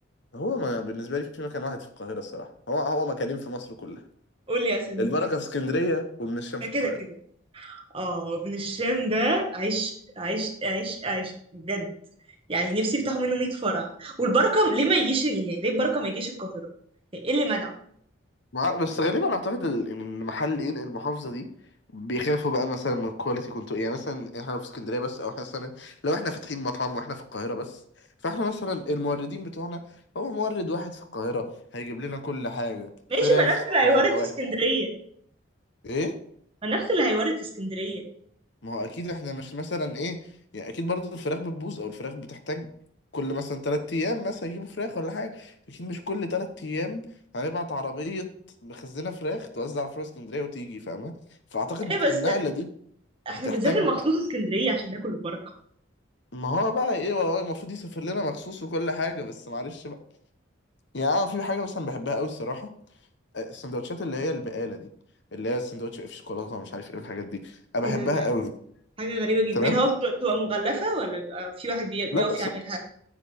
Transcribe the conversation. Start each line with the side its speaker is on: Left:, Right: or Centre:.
Left: هو ما بالنسبة لي في مكان واحد في القاهرة الصراحة هو هو مكانين في مصر كلها
Right: قول لي يا سمير
Left: البركة في اسكندرية وابن الشام
Right: ده
Left: في
Right: كده
Left: القاهرة
Right: كده اه ابن الشام ده عيش عيش عيش عيش بجد يعني نفسي يفتحوا منه 100 فرع والبركه ليه ما يجيش يعني ليه البركه ما يجيش القاهره يعني ايه اللي منعه
Left: مع... بس غالبا اعتقد ال- ان محل ينقل المحافظه دي بيخافوا بقى مثلا من الكواليتي كنتوا يعني مثلا احنا في اسكندريه بس او مثلا لو احنا فاتحين مطعم واحنا في القاهره بس فاحنا مثلا الموردين بتوعنا هو مورد واحد في القاهره هيجيب لنا كل حاجه
Right: ماشي
Left: فراخ
Right: ما نفس اللي هيوارد
Left: هيبقى
Right: في
Left: واحد
Right: اسكندريه
Left: ايه
Right: ما نفس اللي هيوارد في اسكندريه
Left: ما هو اكيد احنا مش مثلا ايه يعني اكيد برضو الفراخ بتبوظ او الفراخ بتحتاج كل مثلا تلات ايام مثلا يجيبوا فراخ ولا حاجه اكيد مش كل تلات ايام هنبعت عربيه مخزنه فراخ توزع على فروع اسكندريه وتيجي فاهمه فاعتقد
Right: ايه بس
Left: النقله دي
Right: احنا
Left: بتحتاج
Right: بنسافر مخصوص اسكندريه عشان ناكل البركه
Left: ما هو بقى ايه والله المفروض يسافر لنا مخصوص وكل حاجه بس معلش بقى يعني اه في حاجه مثلا بحبها قوي الصراحه آه، السندوتشات اللي هي البقاله دي اللي هي السندوتش في شوكولاته ومش عارف ايه الحاجات دي انا بحبها
Right: ايه ده ده
Left: قوي
Right: حاجه غريبه جدا
Left: تمام
Right: اللي هو بتبقى مغلفه ولا بيبقى في واحد بي- بيقف
Left: لا
Right: يعملها